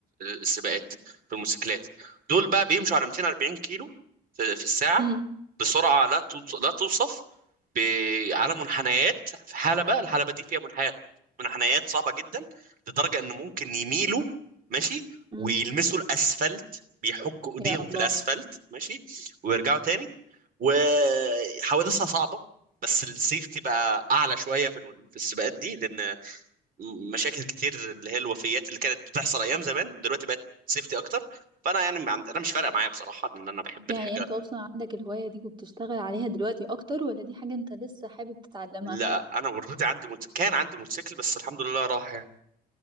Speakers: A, on the right; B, on the right.
A: السباقات في الموتوسيكلات دول بقى بيمشوا على 240 كيلو في في الساعه
B: امم
A: بسرعه لا توص- لا توصف ب- على منحنيات في حلبه الحلبه دي فيها منحنيات منحنيات صعبه جدا لدرجه ان ممكن يميلوا ماشي
B: امم
A: ويلمسوا الاسفلت بيحكوا ايديهم
B: يا الله
A: في الاسفلت ماشي ويرجعوا تاني وحوادثها صعبه بس السيفتي بقى اعلى شويه في ال- في السباقات دي لان مشاكل كتير اللي هي الوفيات اللي كانت بتحصل ايام زمان ودلوقتي بقت سيفتي اكتر فانا يعني ما عندي- انا مش فارقه معايا بصراحه لان انا بحب
B: يعني
A: الحاجه
B: انت اصلا عندك الهواية دي وبتشتغل عليها دلوقتي اكتر ولا دي حاجة انت لسه حابب تتعلمها
A: لا انا اوريدي عندي موت... كان عندي موتوسيكل بس الحمد لله راح يعني